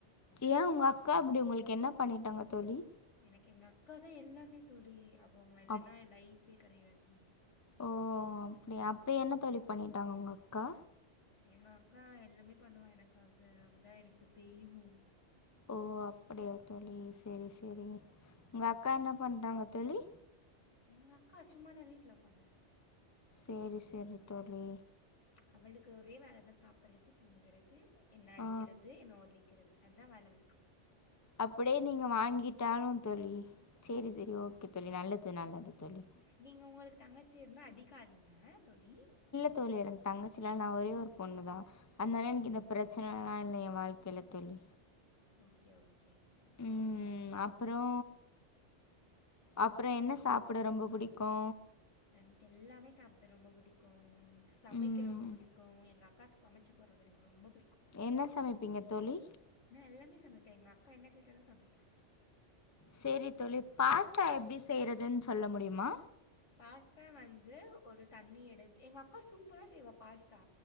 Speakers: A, on the left; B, on the left.
A: ஏன் உங்க அக்கா அப்டி உங்களுக்கு என்ன பண்ணிட்டாங்க தோழி
B: எனக்கு எங்க அக்கா தான் எல்லாமே தோழி அவங்க இல்லைன்னா
A: அப்
B: என் லைஃப் கெடையாது
A: ஓ அப்டி அப்டி என்ன தோழி பண்ணிட்டாங்க உங்க அக்கா
B: எங்க அக்கா எல்லாமே பண்ணுவா எனக்காக அவதான் எனக்கு தெய்வு
A: ஓ அப்டியா தோழி செரி செரி உங்க அக்கா என்ன பண்றாங்க தோழி
B: எங்க அக்கா சும்மாதான் வீட்டுல உக்காந்துட்டு இருக்
A: சேரி சேரி தோழி
B: அவளுக்கு ஒரே வேலை தான் சாப்புட்றது தூங்குறது என்ன அடிக்கிறது
A: ஆ
B: என்ன உதைக்கிறது அதுதான் வேலவலக்கு
A: அப்படியே நீங்க வாங்கிட்டாலும் தோழி செரி செரி ஓகே தோழி நல்லது நல்லது தோழி
B: நீங்க உங்களுக்கு தங்கச்சி இருந்தா அடிக்காதீங்க தோழி
A: இல்ல தோழி எனக் தங்கச்சிலா இல்ல நான் ஒரே ஒரு பொண்ணு தான் அதனால எனக்கு இந்த பிரச்சன எல்லாம் இல்ல வாழ்கைல தோழி
B: ஓகே ஓகே
A: உம் அப்பறோ அப்பறோ என்ன சாப்ட ரொம்ப பிடிக்கூ
B: எனக்கு எல்லாமே சாப்ட ரொம்ப பிடிக்கும் எனக்கு சமைக்க
A: ம்
B: ரொம்ப பிடிக்கும் எங்கள் அக்காக்கு சமைச்சு போடுறது எனக்கு ரொம்ப பிடிக்
A: என்ன சமைப்பீங்க தோழி
B: நான் எல்லாமே சமைப்பேன் எங்கள் அக்கா என்ன கேட்டாலும் சமைப்பேன்
A: செரி தோழி பாஸ்தா எப்படி செய்றதுன்னு சொல்ல முடியுமா
B: பாஸ்தா வந்து ஒரு தண்ணி எடுத்து எங்க அக்கா சூப்பரா செய்வா பாஸ்தா